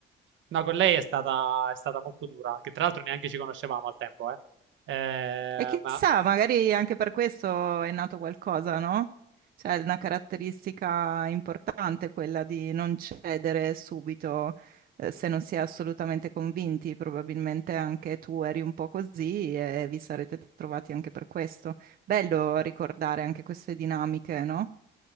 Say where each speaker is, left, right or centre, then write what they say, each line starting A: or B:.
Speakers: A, on the right (about 70°); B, on the right (about 50°).
A: No, con lei è stata, è stata molto dura, che tra l'altro neanche ci conoscevamo al tempo, eh. Eh,
B: E chissà,
A: ma
B: magari anche per questo è nato qualcosa, no? Cioè, è una caratteristica importante quella di non cedere subito, eh, se non si è assolutamente convinti. Probabilmente anche tu eri un po' così e vi sarete trovati anche per questo. Bello ricordare anche queste dinamiche, no?